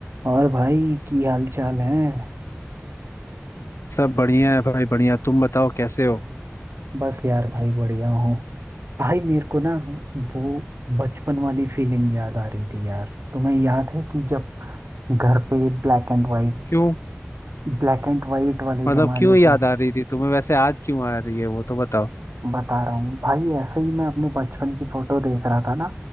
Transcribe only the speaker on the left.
सब बढ़िया है भाई बढ़िया तुम बताओ कैसे हो
क्यों
मतलब
क्यों याद
आ रही थी तुम्हें वैसे आज क्यों आ रही है वो तो बताओ